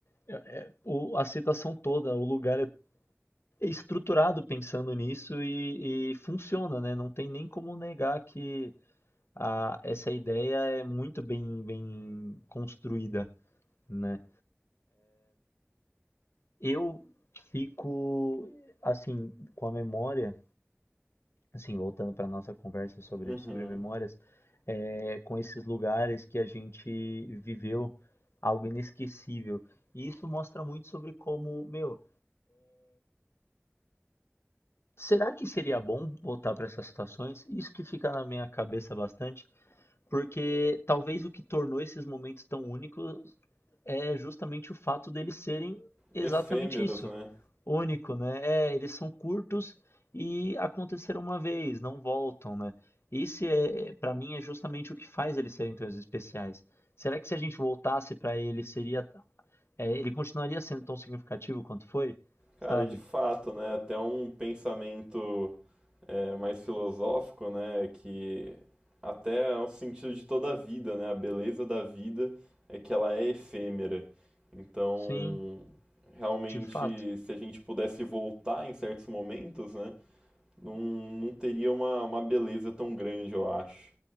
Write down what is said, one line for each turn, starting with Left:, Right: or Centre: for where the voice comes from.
Left: é- é, o- a citação toda, o lugar é estruturado pensando nisso e, e funciona, né? Não tem nem como negar que a- essa ideia é muito bem, bem construída, né? Eu fico assim com a memória, assim voltando para nossa conversa sobre
Right: Uhum.
Left: sobre memórias, é, com esses lugares que a gente viveu algo inesquecível. E isso mostra muito sobre como, meu, será que seria bom voltar para essas situações? Isso que fica na minha cabeça bastante. Porque talvez o que tornou esses momentos tão únicos é justamente o fato deles serem exatamente
Right: Efêmeros,
Left: isso,
Right: né?
Left: único, né? É, eles são curtos e aconteceram uma vez, não voltam, né? Isso é, para mim, é justamente o que faz eles serem tão especiais. Será que se a gente voltasse para ele, seria, é, ele continuaria sendo tão significativo quanto foi?
Right: Cara,
Left: Sabe?
Right: de fato, né? Até um pensamento é, mais filosófico, né? Que até é o sentido de toda a vida, né? A beleza da vida é que ela é efêmera. Então,
Left: Sim,
Right: realmente,
Left: de fato.
Right: se a gente pudesse voltar em certos momentos, né? Não, não teria uma, uma beleza tão grande, eu acho.